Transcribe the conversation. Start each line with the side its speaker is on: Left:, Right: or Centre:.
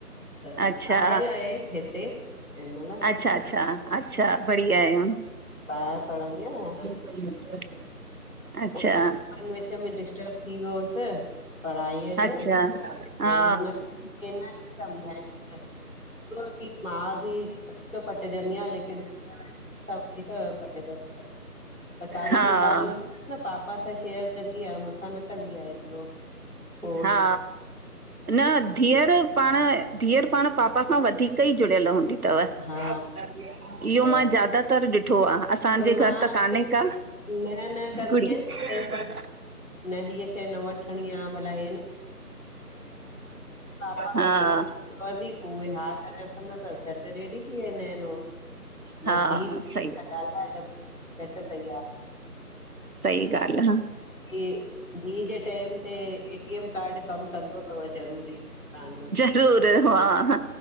Left: त
Right: अच्छा
Left: आयल आहे हिते ऐं महिल
Right: अच्छा अच्छा अच्छा, बढ़िया आहे।
Left: ॿाहिर पढ़ंदिया न हाणे
Right: <unintelligible> अच्छा
Left: उते मन विच में डिस्टब थी वियो हुसि पढ़ाई य
Right: अच्छा
Left: जो
Right: हा
Left: वरी हुन खेन समझाईंदा <unintelligible> माउ थीअ पटिजंदी आहेय, लेकिन सब वधीक पटजंदी तन, त काई
Right: हा
Left: ॿि ॻाल्हि हूंदी न पापा सां शेयर कंदी आ मूसां न कंदी आ एतिरो पोइ
Right: हा न धीअरु
Left: की
Right: पाण, धीअरु पाण पापा खां वधीक ई जुड़ियल हूंदी तव इहो
Left: हा त
Right: मां ज्यादातर ॾि ठो आ असांजे
Left: मां
Right: घरु त
Left: हमेशा
Right: काने का
Left: न न कंदी
Right: गुड़िया
Left: आहियां न हींअ शेह न वठणी आ भला हेन पापा
Right: हा
Left: खे चवंदी पो उहे हा करे रखंदा, त झट रेडी थी वेंदा इन हो
Right: हा
Left: बसि धीउ
Right: सई आ
Left: ॻाल्हाए त झटि तई आ
Right: सई ॻाल्हि आ
Left: कि धीअ जे टेम ते ए टी एम कार्ड कमु कंदो तवु जरूरी तव्हांजो
Right: रूरु ह हा हा